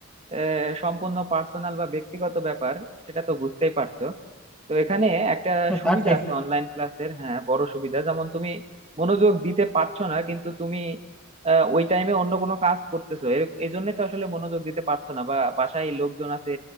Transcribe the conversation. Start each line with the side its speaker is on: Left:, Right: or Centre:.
Right: আহ, সম্পূর্ণ পার্সোনাল বা ব্যক্তিগত ব্যাপার সেটা তো বুঝতেই পারছো তো এখানে একটা
Centre: হ্যাঁ
Right: সুবিধা
Centre: তা ঠিক
Right: আছে অনলাইন ক্লাসের হ্যাঁ বড় সুবিধা যেমন তুমি মনোযোগ দিতে পারছো না কিন্তু তুমি আহ, ওই টাইমে অন্য কোনো কাজ করতেছো এর- এই জন্য তো আসলে মনোযোগ দিতে পারছো না বা বাসায় লোকজন আছে